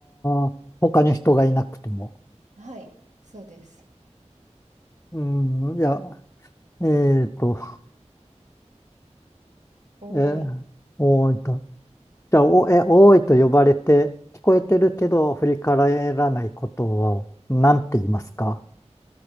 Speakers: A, on the left; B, on the right.
A: あー、他に人がいなくても。
B: はい、そうです。
A: うん、いや、えーと、
B: 多い。
A: えー、多いと。じゃあ、お、え、多いと呼ばれて聞こえてるけど振り返らないことを何て言いますか